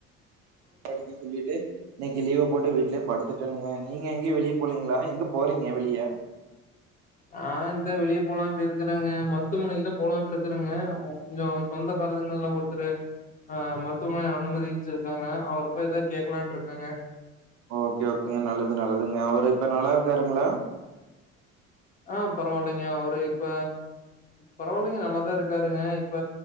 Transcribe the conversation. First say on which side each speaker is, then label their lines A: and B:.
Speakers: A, on the right (about 45°); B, on the left (about 20°).
A: <unintelligible> சொல்லிட்டு இன்னைக்கு லீவ போட்டு வீட்லே படுத்துட்டேனுங்க நீங்க எங்கயு வெளிய போலீங்களா எங்க போறீங்க வெளிய
B: ஆ இந்தா வெளிய போலான் இருக்கிறேங்க மருத்துவமனைக்குதா போலான்ட்டு இருக்கறேங்க கொஞ்சோ சொந்த காரதுங்கள்ல ஒருத்தர் ஆ மருத்துவமனைல அனுமதிச்சிருக்காங்க அவரப்போய் ஏதா கேக்கலான்ட் இருக்கங்க
A: ஓகே ஓகேங்க நல்லது நல்லதுங்க அவரு இப்ப நல்லா இருக்காருங்களா
B: ஆ பரவாயில்லைங்க அவரு இப்ப பரவாயில்லைங்க நல்லாதா இருக்காருங்க இப்ப